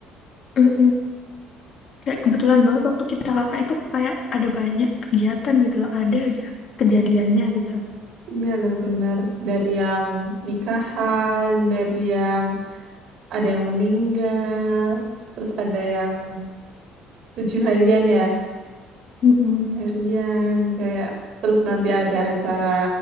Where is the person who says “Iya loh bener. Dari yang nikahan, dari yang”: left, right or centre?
Right